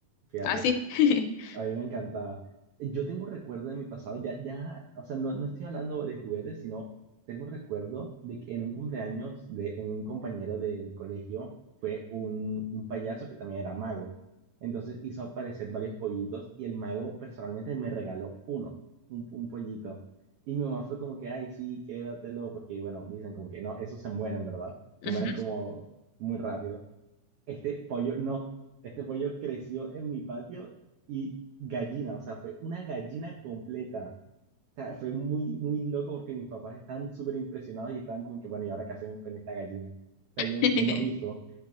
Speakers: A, on the right; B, on the left.
A: Fíjate.
B: Ah, sí. <laughs>
A: A mí me encantaba. Yo tengo un recuerdo de mi pasado, ya, ya, o sea, no, no estoy hablando de juguetes, sino tengo un recuerdo de que en un cumpleaños de un compañero del colegio fue un, un payaso que también era mago. Entonces hizo aparecer varios pollitos y el mago personalmente me regaló uno, un, un pollito. Y mi mamá fue como que, ay, sí, quédatelo, porque bueno, dicen como que no, esos se mueren, ¿verdad? Se
B: Ujú.
A: mueren como muy rápido. Este pollo, no, este pollo creció en mi patio y gallina, o sea, fue una gallina completa. O sea, fue muy, muy loco porque mis papás estaban súper impresionados y estaban como que, bueno, ¿y ahora qué hacemos con esta gallina? O sea,
B: <laughs>
A: yo no es lo mismo.